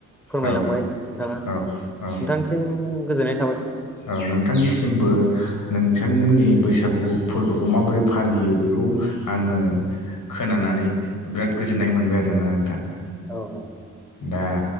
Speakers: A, in the centre; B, on the left.
A: फोरमायलांबाय
B: औ
A: नोंथाङा नोंथांसिम
B: औ औ
A: गोजोननाय थाबाय।
B: औ नोंथांनिसिमबो नोंथांमोननि बैसागु फोरबोखौ माबोरै फालियो बेखौ। खौ आङो खोनानानै बिराद गोजोननाय मोनबाय आरोना नोंथां।
A: औ औ।
B: दा